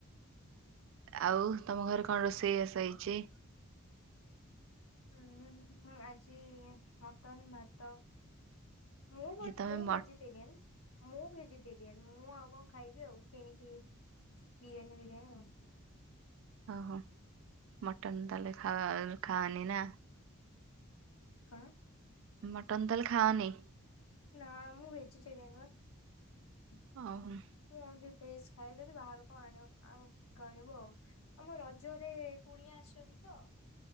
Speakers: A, on the right; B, on the left.
A: ଆଉ ତମ ଘରେ କଣ ରୋଷେଇ ବାସ ହେଇଚି?
B: ଉଁ ଆଜି ମଟନ୍ ଭାତ। ମୁଁ ବଟ୍
A: ଆଜି ତମେ
B: ମୁଁ
A: ମ
B: ଭେଜି ଟେରିଆନ ମୁଁ ଭେଜିଟେରିଆନ ମୁଁ ଆଉ କଣ ଖାଇବି ଆଉ କିଣିକି ବିରିୟାନୀ ବିରିୟାନୀ ଆଉ।
A: ଓହୋ ମଟନ୍ ତାହେଲେ ଖଅ ଖାଆନିନା?
B: କଣ?
A: ମଟନ୍ ତାହେଲେ ଖାଅନି?
B: ନା ମୁଁ ଭେଜିଟେରିଆନ ବା।
A: ଓହୋ।
B: ମୁଁ ଓନଲି ଭେଜ ଖାଏ ଯଦି ବାହାରୁ କଣ ଆଣିବ କା କାଣିବୁ ଆଉ। ଆମ ରଜରେ କୁଣିଆ ଆସିଛନ୍ତିତ।